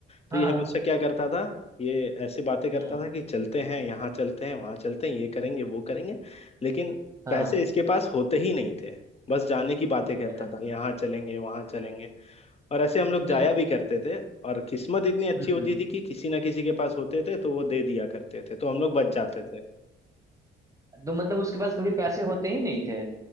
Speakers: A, on the left; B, on the right.
A: तो
B: हाँ
A: ये हमेशा क्या करता था ये ऐसे बातें करता
B: हम्म,
A: था कि चलते हैं यहाँ चलते हैं वहाँ चलते हैं ये करेंगे वो करेंगे लेकिन
B: हाँ
A: पैसे इसके पास होते ही नहीं थे बस जाने की बातें करता
B: अरे,
A: था यहाँ चलेंगे वहाँ चलेंगे और ऐसे हम लोग
B: जब
A: जाया भी करते थे और किस्मत इतनी अच्छी
B: हम्म
A: होती
B: हम्म
A: थी कि किसी ना किसी के पास होते थे तो वो दे दिया करते थे तो हम लोग बच जाते थे
B: तो मतलब उसके पास कभी पैसे होते ही नहीं थे